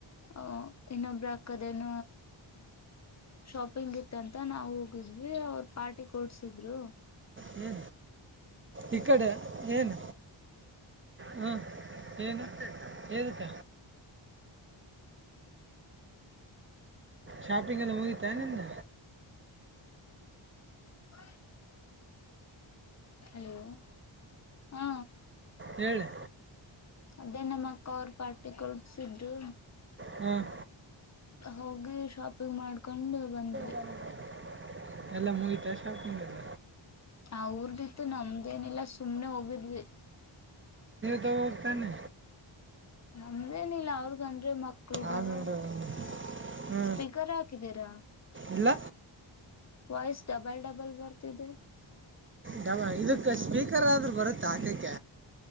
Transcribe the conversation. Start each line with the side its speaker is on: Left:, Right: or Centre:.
Left: ಅಹ ಇನ್ನೊಬ್ರ ಹಾಕದೇನ ಶಾಪಿಂಗ್ ಇತ್ತಂತ ನಾವ ಹೋಗಿದ್ವಿ ಅವ್ರ ಪಾರ್ಟಿ ಕೊಡ್ಸಿದ್ರು
Right: ಹ್ಮ ಈ ಕಡೆ ಏನ್ ಹ್ಮ ಏನು ಏನಕ್ಕ ಶಾಪಿಂಗ್ ಎಲ್ಲ ಮುಗಿತಾ ನಿಂದ
Left: ಹ್ಮ ಹಲೋ ಹಾ
Right: ಹೇಳು
Left: ಅದೇ ನಮ್ಮ ಅಕ್ಕ ಅವರು ಪಾರ್ಟಿ ಕೊಡ್ಸಿದ್ರು
Right: ಹ್ಮ್
Left: ಹೋಗಿ ಶಾಪಿಂಗ್ ಮಾಡ್ಕೊಂಡು ಬಂದ್ವಿ
Right: ಬಂದ್ವಿ ಎಲ್ಲ ಮುಗಿತಾ ಶಾಪಿಂಗ್ ಇಲ್ಲ
Left: ಆ ಊರ್ದಿತ್ತು ನಮ್ದೇನಿಲ್ಲ ಸುಮ್ನೆ ಹೋಗಿದ್ವಿ
Right: ದ ಹೋಗತಾನೆ
Left: ನಮ್ದೇನಿಲ್ಲ ಅವ್ರಗನ್್ ಮಕ್ಳ ಇದ್ದಾವ
Right: ಆಮೇಲೆ ಹ್ಞೂ
Left: ಸ್ಪೀಕರ್ ಹಾಕಿದ್ದೀರಾ
Right: ಇಲ್ಲ
Left: ವಾಯ್ಸ್ ಡಬಲ್ ಡಬಲ್ ಬರ್ತಿದೆ
Right: ಡಬ ಇದಕ್ಕೆ ಸ್ಪೀಕರ್ ಆದ್ರರು ಬರುತ್ತೆ ಹಾಕಕ